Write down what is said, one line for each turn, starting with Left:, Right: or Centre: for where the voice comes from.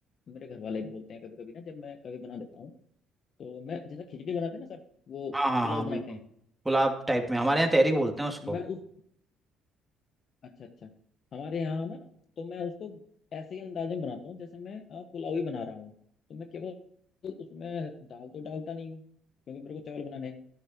Left: मेरे घर वाले भी बोलते हैं कभी कभी ना जब मैं कभी बना देता हूँ तो मैं जैसे खिचड़ी बनाते हैं ना सर वो
Centre: हाँ हाँ
Left: पुलाव
Centre: हाँ
Left: बनाते
Centre: बिल्कुल
Left: हैं
Centre: पुलाव टाइप में हमारे यहाँ तहरी
Left: तो
Centre: बोलते हैं उसको
Left: मैं उस अच्छा अच्छा हमारे यहाँ ना तो मैं उसको ऐसे ही अंदाज में बनाता हूँ जैसे मैं अ, पुलाव ही बना रहा हूँ तो मैं केवल उसमें दाल तो डालता नहीं हूँ क्योंकि मेरे को चावल बनाने हैं